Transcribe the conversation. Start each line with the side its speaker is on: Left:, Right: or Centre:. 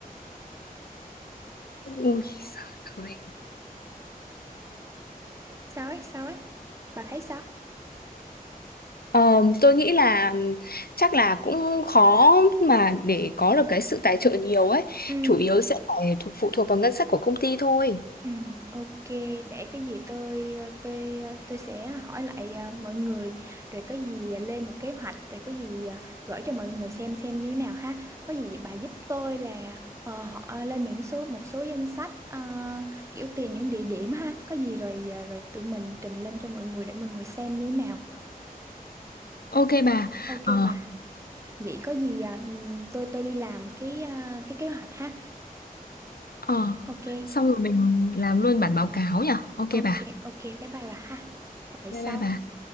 Left: Ui giời ơi.
Right: sao ấy sao ấy bà thấy sao
Left: Ờ, tôi nghĩ là chắc là cũng khó mà để có được cái sự tài trợ nhiều ấy.
Right: ừ
Left: Chủ yếu sẽ phải thuộc phụ thuộc vào ngân sách của công ty thôi.
Right: Ừ, ok, để cái gì tôi tôi tôi sẽ hỏi lại à, mọi người rồi có gì lên một kế hoạch rồi có gì à, gửi cho mọi người xem xem như thế nào ha. Có gì bà giúp tôi là ờ, họ lên những số một số danh sách ờ, kiểu tìm những địa điểm ha. Có gì rồi à, rồi tụi mình trình lên cho mọi người để mọi người xem như thế nào
Left: Ok
Right: nhá.
Left: bà.
Right: Ok
Left: Ờ.
Right: bà. Vậy có gì à, ừm, tôi tôi đi làm cái à, cái kế hoạch ha.
Left: Ờ,
Right: Ok.
Left: xong rồi mình làm luôn bản báo cáo nhỉ? Ok
Right: Ok,
Left: bà.
Right: ok, bye bye bà ha. Gặp lại
Left: Bye
Right: sau.
Left: bye bà.